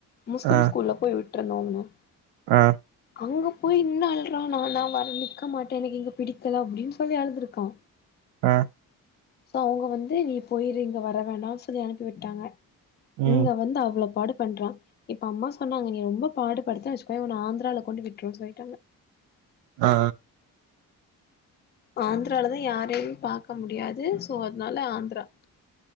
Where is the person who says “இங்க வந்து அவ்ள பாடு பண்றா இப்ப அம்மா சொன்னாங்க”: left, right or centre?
Left